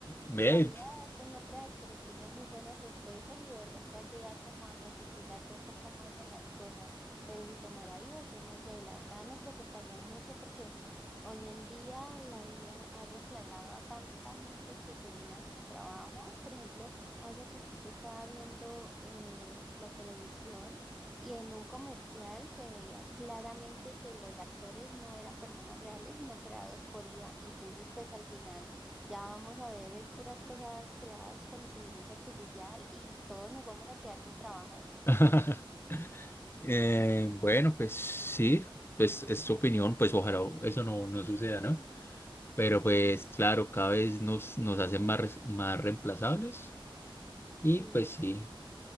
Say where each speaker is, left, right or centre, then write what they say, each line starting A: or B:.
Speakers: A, on the left (about 25°); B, in the centre.
A: Ve.
B: La IA, tú no creas, pero tiene muy buenas respuestas y de verdad te ayuda como a concientizarte un poco más de las cosas. Pero si tomara vida, yo no sé, la verdad me preocuparía mucho porque hoy en día la IA ha reemplazado a tanta gente que tenía sus trabajos. Por ejemplo, hace poquito estaba viendo eh, la televisión y en un comercial se veía claramente que los actores no eran personas reales, sino creados por IA. Entonces, pues al final ya vamos a ver, es puras cosas creadas con inteligencia artificial y todos nos vamos a quedar sin trabajo.
A: <laughs> Eh, bueno, pues sí, pues es tu opinión, pues ojalá eso no, no suceda, ¿no? Pero pues
B: Ujú.
A: claro, cada vez nos, nos hacen más, res- más reemplazables y
B: Sí,
A: pues sí,